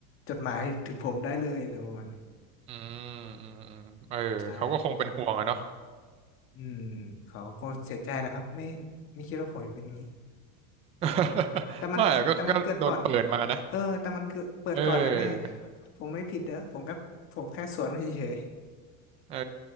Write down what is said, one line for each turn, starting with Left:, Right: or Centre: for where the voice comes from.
Left: จดหมายถึงผมได้เลยอะไรประมาณนี้
Right: อืมอืมอืมเออเขาก็คงเป็นห่วงอะเนาะ
Left: ใช่อืมเขาคงเสียใจนะครับไม่ไม่คิดว่าผมจะเป็นอย่างนี้
Right: <laughs>
Left: แต่มันแต่มันเกิดก่อน
Right: ไม่อะก็ก็โดนเปิดมานะ
Left: เออแต่มันเกิดเปิดก่อนนะแม่
Right: เออ
Left: ผมไม่ผิดเด้อผมแค่ผมแค่สวนมันเฉย
Right: เออ